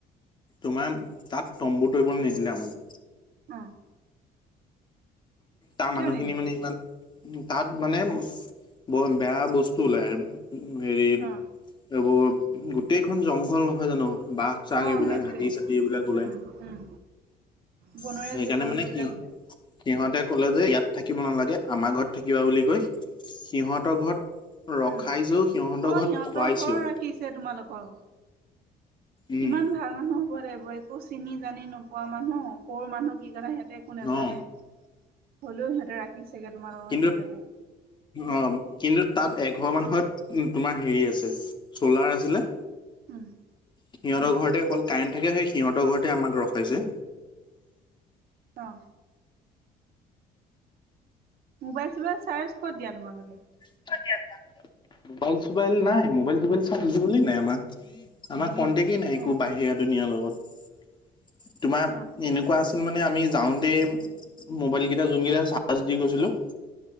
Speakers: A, on the left (about 25°); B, on the right (about 65°).
A: তোমাৰ তাত তম্বু তৰিবলৈ নিদিলে আমাক।
B: অঁ।
A: তাৰ মানুহখিনি
B: নিদিলে
A: মানে ইমান তাত মানে ব বেয়া বস্তু ওলায় হেৰি
B: অ
A: এইবোৰ গোটেইখন জংঘল নহয় জানো বাঘ চাঘ
B: অ
A: এইবিলাক
B: সেইটোৱে
A: হাতী চাতী এইবিলাক উলাই
B: উম উম বনৰীয়া
A: সেইকাৰণে
B: জীৱ জন্তু
A: মানে
B: বিলাক
A: কি
B: ওলাই
A: সিহঁতে ক'লে যে ইয়াত থাকিব নালাগে আমাৰ ঘৰত থাকিবা বুলি কৈ, সিহঁতৰ ঘৰত ৰখাইছেও
B: উম
A: সিহঁতৰ
B: অ
A: ঘৰত
B: সিহঁতৰ
A: খুৱাইছেও।
B: ঘৰৰ ৰাখিছে তোমালোকৰ,
A: উম
B: কিমান ভাল মানুহ হ'ব লাগিব একো চিনি জানি নো কুৱা মানুহ ক'ৰ মানুহ কি কথা সিহঁতে একো নেজানে,
A: অ
B: হ'লেও সিহঁতে ৰাখি ৰাখিছেগে তোমালোকক
A: কিন্তু
B: নি পেলাই।
A: অ কিন্তু তাত এঘৰ মানুহত তোমাৰ হেৰি আছে চ'লাৰ আছিলে
B: উম
A: সিহঁতৰ
B: উম
A: ঘৰতে অকল কাৰেণ্ট থাকে, সিহঁতৰ ঘৰতে আমাক ৰখাইছে।
B: অঁ। মোবাইল চোবাইল চাৰ্জ ক'ত দিয়া তোমালোকে?
A: কত দিয়া তোমালোকে? মোবাইল চোবাইল নাই মোবাইল চোবাইল চাৰ্জ দিবলেই নাই আমাৰ। আমাৰ কণ্টেকেই নাই
B: উম
A: একো বাহিৰা দুনীয়াৰ লগত, তোমাৰ
B: অ
A: এনে কোৱা আছিল মানে আমি যাওঁতেই মোবাইল কেইটা যোনকেইটা চাৰ্জ দি গৈছিলোঁ